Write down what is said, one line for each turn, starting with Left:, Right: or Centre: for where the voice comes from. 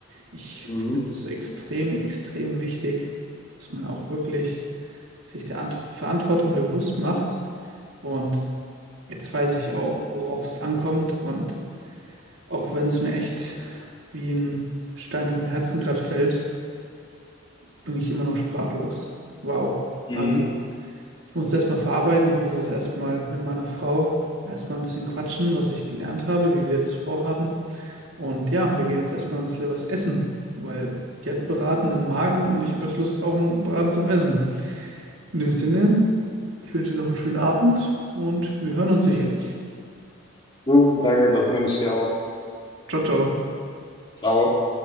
Right: Ich
Left: Mhm.
Right: finde es extrem, extrem wichtig, dass man auch wirklich sich der Ant Verantwortung bewusst macht. Und jetzt weiß ich auch, worauf es ankommt. Und auch wenn es mir echt wie ein Stein vom Herzen gerade fällt, bin ich immer noch sprachlos. Wow.
Left: Mhm.
Right: Also ich muss es erstmal verarbeiten. Ich muss es erstmal mit meiner Frau erstmal ein bisschen quatschen, was ich gelernt habe, wie wir das vorhaben. Und ja, wir gehen jetzt erstmal ein bisschen was essen, weil die hat Braten im Magen und ich habe jetzt Lust auf einen Braten zum Essen. In dem Sinne, ich wünsche dir noch einen schönen Abend und wir hören uns sicherlich.
Left: So, danke, das wünsche ich dir auch.
Right: Ciao, ciao.
Left: Ciao.